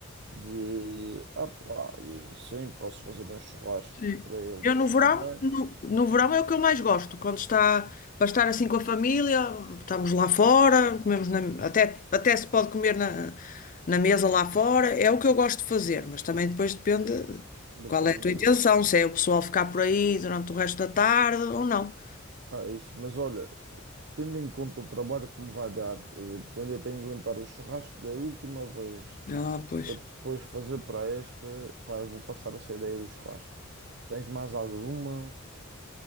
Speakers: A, on the right (about 55°); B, on the left (about 40°).
A: de, ah pá, e sim, posso fazer um churrasco
B: Sim.
A: para eles,
B: Eu no verão,
A: mas
B: no, no verão é o que eu mais gosto, quando está para estar assim com a família, estamos lá fora, comemos na- até, até se pode comer na, na mesa lá fora, é o que eu gosto de fazer, mas também depois depende
A: depende,
B: qual é a tua intenção,
A: é isso.
B: se é o pessoal ficar por aí durante o resto da tarde ou não.
A: Ah, É isso, mas olha, tendo em conta o trabalho que me vai dar, eh, porque eu ainda tenho de limpar o churrasco da última vez
B: Ah, pois.
A: Para depois fazer para este, pá, eu vou passar essa ideia do churrasco. Tens mais alguma?